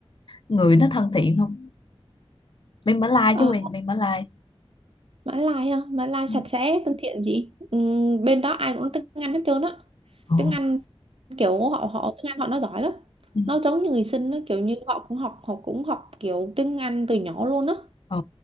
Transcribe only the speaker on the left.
người nó thân thiện không? Bên Mã Lai
chứ quen bên Mã Lai.
Ừ.
ờ
Ừ.
Ồ.